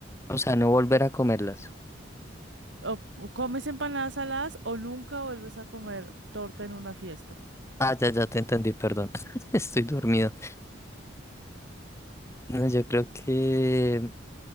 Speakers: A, on the left; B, on the right.
A: O sea, no volver a comerlas.
B: O o comes empanadas saladas o nunca vuelves a comer torta en una fiesta.
A: Ah, ya, ya te entendí, perdón. <laughs> Estoy dormido. No, yo creo que